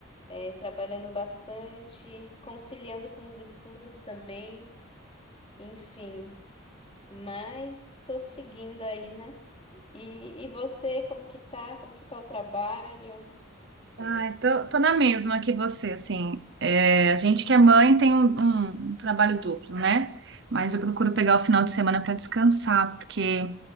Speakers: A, on the left; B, on the right.
A: É, trabalhando bastante, conciliando com os estudos também, enfim. Mas tô seguindo aí, né? E, e você, como que tá? Como que tá o trabalho? É,
B: Ah, tô, tô na mesma que você, assim. É, a gente que é mãe tem um, um um trabalho duplo, né? Mas eu procuro pegar o final de semana para descansar, porque